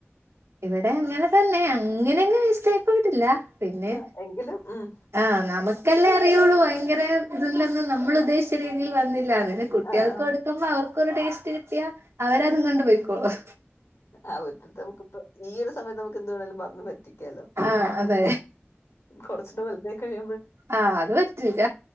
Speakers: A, on the right (about 80°); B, on the left (about 80°).
A: ഇവിടെ അങ്ങനെ തന്നെയാണ് അങ്ങനെ അങ്ങ് വേസ്റ്റായി പോയിട്ടില്ല പിന്നെ
B: ആ എങ്കിലും ഉം.
A: ആ നമുക്കല്ലേ അറിയുള്ളൂ അ ങ്കര ഇതുണ്ടന്ന് നമ്മൾ ഉദ്ദേശിച്ച യിൽ വന്നില്ല അതിന് കുട്ടികൾക്ക്
B: ആ, ആ.
A: കൊടുക്കുമ്പോ അവർ ക്കൊരു ടേസ്റ്റ് യാ അവര് അതും കൊണ്ടു പോയിക്കോളും
B: അവരുടെടുത്ത് നമുക്കിപ്പോ ഈ ഒരു സമയത്ത് നമുക്ക് എന്ത് വേണേങ്കിലും പറഞ്ഞു പറ്റി ട്ടിയാലോ
A: ആഹ് അതെ
B: കൊറച്ചൂടെ വലുതായി കിട്ടി
A: ആ അത് പറ്റൂല്ല